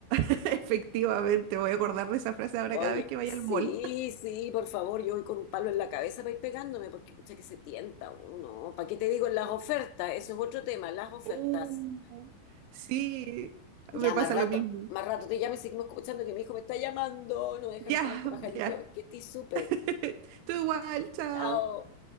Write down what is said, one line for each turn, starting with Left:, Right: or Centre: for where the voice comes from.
Right: <laughs> Efectivamente, voy a acordar de esa frase ahora
Left: Oye,
Right: cada vez que vaya
Left: sí,
Right: al mall.
Left: sí, por favor, yo voy con un palo en la cabeza para ir pegándome, porque escucha que se tienta uno. ¿Para qué te digo en las ofertas? Eso es otro tema, las ofertas.
Right: Uh, Sí,
Left: Ya,
Right: me pasa
Left: más rato,
Right: lo mismo.
Left: más rato te llamo y seguimos escuchando que mi hijo me está llamando. No me deja
Right: Ya,
Left: en paz este pajarito.
Right: ya.
Left: Que estoy súper.
Right: <laughs> Tú igual, chao.
Left: Chao.